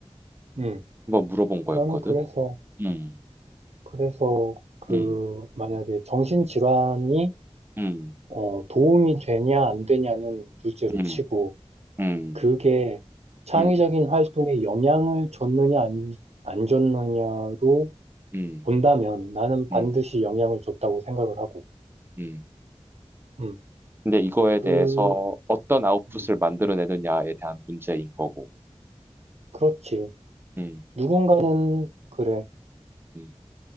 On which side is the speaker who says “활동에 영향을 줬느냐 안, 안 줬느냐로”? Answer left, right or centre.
Right